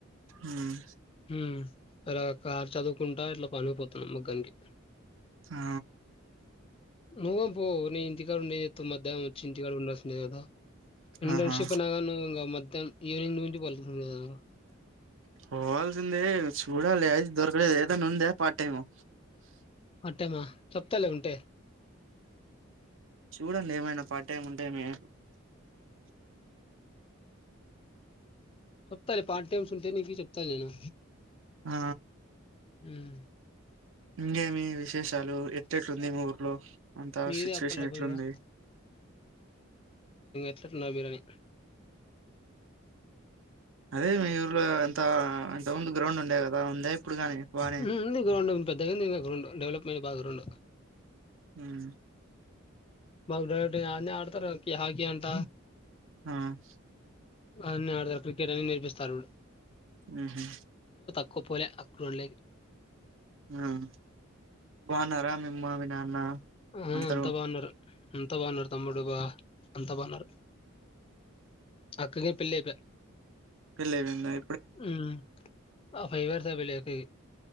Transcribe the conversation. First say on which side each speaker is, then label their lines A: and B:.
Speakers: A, on the right; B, on the left.
A: ఉమ్,
B: హు అలా కారు చదువుకుంటా ఇట్లా పనిపోతున్నాం మగ్గనికి
A: ఆ
B: నువ్వు పో నే ఇంటికాడ ఉండి ఏం చేత్తం మధ్యాహ్నం వచ్చి ఇంటికాడ ఉండాల్సిందే కదా ఇంటర్న్షిప్
A: ఆహా
B: అయినా గాని ఇక మ తను ఈవెనింగ్ నుంచి పలుకుతంలేదు
A: పోవాల్సింది చూడాలి <unintelligible> దొరకలేదు ఏదైన ఉంద పార్ట్ టైము
B: పార్ట్ టైమా చెప్తాలే ఉంటే
A: చూడండి ఏమైనా పార్ట్ టైమ్ ఉంటేనే
B: చెప్తాలే పార్ట్ టైమ్స్ ఉంటే నీకి చెప్తా నేను
A: ఆ
B: హ్మ్
A: ఇంకేమి విష్ విశేషాలు ఎట్టెట్టుంది ఊర్లో అంత
B: మీరే
A: సిట్యువేషన్
B: అప్పల్ల
A: ఎట్లుంది
B: ఇంగా అట్లాగే గాని
A: అదే మీ ఊర్లో అంత అంత ముందు గ్రౌండ్ ఉండే కదా ఉందా ఇప్పుడు గాని బానే
B: హ్మ్ ఉంది గ్రౌండ్ పెద్ద గుంది గ్రౌండ్ డెవలప్మెంట్ బాగా గ్రౌండ్
A: హ్మ్
B: మా ఊళ్ళో అన్నే ఆడతరు హాకీ అంట
A: హ్మ్
B: అన్నీ ఆడతారు క్రికెట్ అని నేర్పిస్తారు
A: ఊహూ
B: ఒప్పుకోలే అక్కడోళ్ళ్
A: హ్మ్ బావున్నారా మీ అమ్మా మీ నాన్న
B: ఆ
A: అందరూ
B: అంతా బావున్నారు అంతా బావున్నారు తమ్డుబా అంతా బావున్నారు అక్కకి పెళ్ళైపే
A: పెళ్ళైపోయింది
B: హ్మ్ ఆ ఫైవ్ అయిపోయింది అయిపోయి